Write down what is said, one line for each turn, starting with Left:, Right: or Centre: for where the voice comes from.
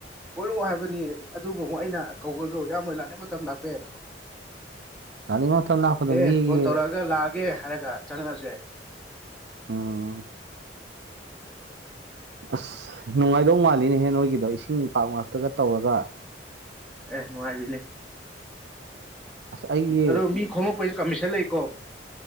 Centre: ꯀꯣꯏꯔꯛꯑꯣ ꯍꯥꯏꯕꯅꯤ ꯑꯗꯨꯕꯨ ꯑꯃꯨꯛ ꯑꯩꯅ ꯀꯧꯕ꯫ ꯢꯌꯥꯝꯕ ꯍꯣꯢꯅ ꯂꯥꯅꯤꯡ ꯃꯇꯝ ꯂꯥꯛꯄ ꯌꯥꯢ
Right: ꯇꯥꯅꯤꯡ ꯃꯇꯝ ꯂꯥꯛꯄꯗ
Centre: ꯑꯦ
Right: ꯃꯤꯒꯤ
Centre: ꯐꯣꯟ ꯇꯧꯔꯛ ꯁꯤꯗ ꯂꯥꯛꯑꯒꯦ ꯍꯥꯏꯔꯒ ꯆꯪꯉꯛꯑꯁꯨ ꯌꯥꯏ
Right: ꯎꯝ ꯑꯁ ꯅꯨꯡꯉꯥꯏꯗꯧ ꯃꯥꯜꯂꯤꯅꯦꯍꯦ ꯅꯣꯏꯒꯤꯗꯣ ꯏꯁꯤꯡ ꯄꯥꯛ ꯉꯥꯛꯇꯒ ꯇꯧꯔꯒ
Centre: ꯑꯦ ꯅꯨꯡꯉꯥꯏꯕꯤꯅꯦ
Right: ꯑꯁ ꯑꯩꯒꯤ
Centre: ꯑꯗꯣ ꯃꯤ ꯈꯣꯝꯃꯛ ꯄꯩꯁꯨ ꯀꯃꯤꯁꯟ ꯂꯩꯀꯣ꯫